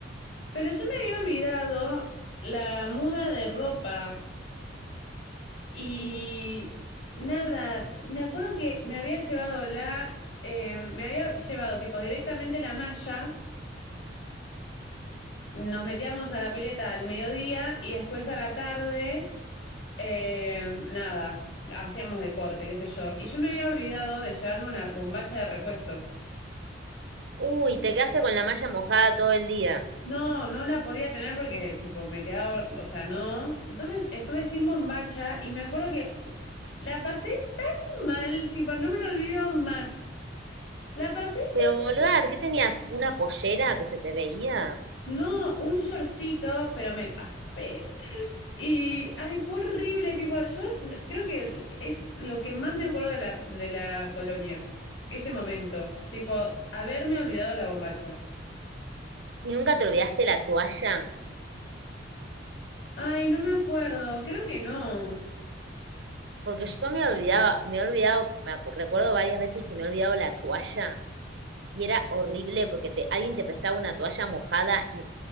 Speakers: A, on the left (about 70°); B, on the right (about 65°).
A: pero yo me había olvidado la muda de ropa. Y. Nada. Me acuerdo que me había llevado la. eh, me había llevado, tipo, directamente la malla. Nos metíamos a la pileta al mediodía y después a la tarde, eh, nada, hacíamos deporte, qué sé yo. Y yo me había olvidado de llevarme una bombacha de repuesto.
B: Uy, te quedaste con la malla mojada todo el día.
A: No, no la podía tener porque, tipo, me quedaba, o sea, no. Entonces estuve sin bombacha y me acuerdo que la pasé tan mal, tipo, no me lo olvido más. La pasé,
B: Pero
A: tan-
B: boluda, ¿qué tenías? ¿Una pollera que se te veía?
A: no, un shortcito, pero me paspé. Y, ay, fue horrible,
B: Ay, sí.
A: tipo, yo creo que es lo que más me acuerdo de la, de la colonia, ese momento, tipo, haberme olvidado la bombacha.
B: ¿Y nunca te olvidaste la toalla?
A: Ay, no me acuerdo, creo que no.
B: Porque yo me olvidaba, me he olvidado, me acu- recuerdo varias veces que me he olvidado la toalla Y era horrible porque te, alguien te prestaba una toalla mojada y